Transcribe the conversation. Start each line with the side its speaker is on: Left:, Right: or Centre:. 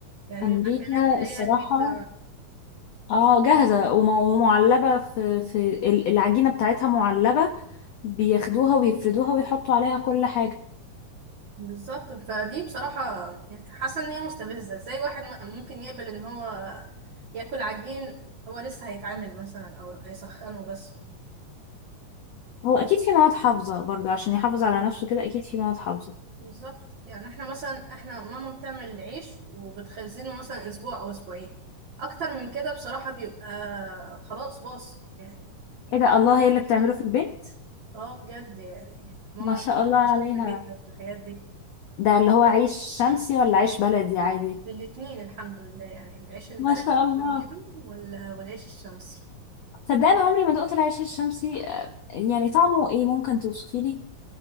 Right: يعني
Left: امريكا
Right: المعجنات تلاقيها
Left: الصراحة
Right: البيتزا
Left: اه جاهزة وم- ومعلبة في في ال- العجينة بتاعتها معلبة بياخدوها ويفردوها ويحطوا عليها كل حاجة
Right: بالظبط فدي بصراحه يعني حاسه ان هي مستفزه ازاي واحد م- ممكن يقبل ان هو ياكل عجين هو لسه هيتعامل مثلا او هيسخنه بس
Left: هو اكيد في مواد حافظة برضو عشان يحافظ على نفسه كده اكيد في مواد حافظة
Right: بالظبط يعني احنا مثلا احنا ماما بتعمل العيش وبتخزنه مثلا اسبوع او اسبوعين اكتر من كده بصراحة بيبقى خلاص باص يعني
Left: ايه ده الله هي اللي
Right: بيخسر
Left: بتعمله في البيت
Right: اه بجد يعني ماما
Left: ما شاء
Right: الحمد
Left: الله
Right: لله
Left: عليها
Right: شاطرة جدا في الحاجات دي
Left: ده اللي هو عيش شمسي ولا عيش بلدي عادي
Right: الاتنين الحمد لله يعني العيش البلدي
Left: ما شاء الله
Right: بتعمله وال- والعيش الشمسي
Left: صدقني أنا عمري ما دقت العيش الشمسي آه، يعني طعمه ايه ممكن توصفي لي